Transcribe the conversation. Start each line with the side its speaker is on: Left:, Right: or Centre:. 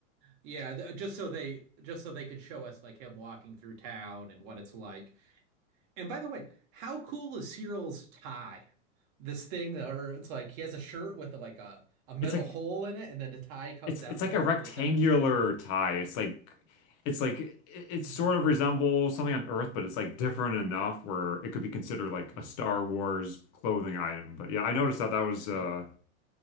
Right: Yeah, th just so they just so they could show us like him walking through town and what it's like. And by the way, how cool is Cyril's tie? This thing that- or it's like he has a shirt with like a a metal
Left: it's like
Right: hole in it and then the tie comes
Left: it's
Right: out
Left: it's like
Right: the
Left: a rectangular
Right: the center.
Left: tie. It's like it's like it, it
Right: hmm
Left: sort of resembles something on Earth, but it's like different enough where it could be considered like
Right: hmm
Left: a Star Wars clothing item. But yeah, I noticed that that was uh
Right: Yeah.